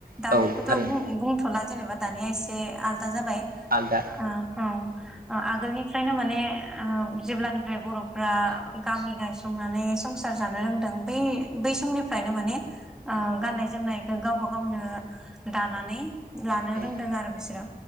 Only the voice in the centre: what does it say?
दानिखौथ'
बुं बुंथ'ला जेनोबा दानिया एसे आल दा जाबाय
ओ उम ओ आगोलनिफ्रायनो माने ओ जेब्लानिफ्राय बर'फो रा गामि गाय संनानै संसार जानो रोंदों बै बै समनिफ्रायनो माने ओ गाननाय जोमनायखौ गावबा गावनो दानानै लानो
रोंदों आरो बिसोरो